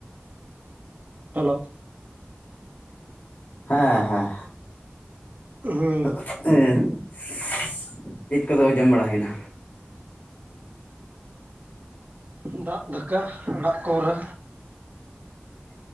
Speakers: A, on the right; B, on the left.
A: ᱦᱮᱞᱳ ᱾
B: ᱦᱮᱸ ᱦᱮᱸ
A: ᱦᱩᱸ
B: ᱾ ᱪᱮᱫ ᱠᱚᱫᱚ ᱡᱚᱢ ᱵᱟᱲᱟ ᱦᱩᱭᱱᱟ?
A: ᱫᱟᱜ ᱫᱟᱠᱟ ᱟᱲᱟᱜ ᱠᱚᱨᱮ᱾